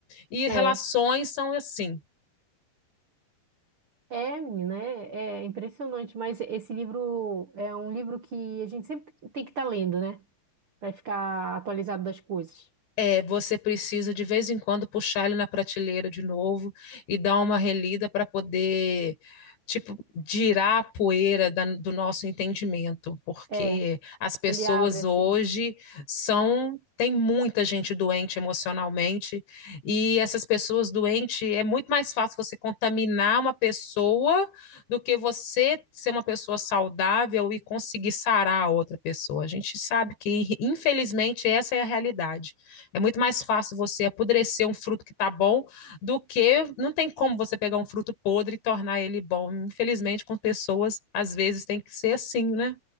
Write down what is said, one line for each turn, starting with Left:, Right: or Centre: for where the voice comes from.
Left: E relações
Right: É.
Left: são assim.
Right: É, menina, é, é impressionante, mas esse livro é um livro que a gente sempre tem que estar lendo, né? Para ficar atualizado das coisas.
Left: é, você precisa de vez em quando puxar ele na prateleira de novo e dar uma relida para poder tipo, girar a poeira da- do nosso entendimento, porque
Right: É,
Left: as pessoas
Right: ele abre assim,
Left: hoje são, tem muita gente doente emocionalmente, e essas pessoas doentes é muito mais fácil você contaminar uma pessoa do que você ser uma pessoa saudável e conseguir sarar a outra pessoa. A gente sabe que, infelizmente, essa é a realidade. É muito mais fácil você apodrecer um fruto que está bom do que não tem como você pegar um fruto podre e tornar ele bom. Infelizmente, com pessoas, às vezes tem que ser assim, né?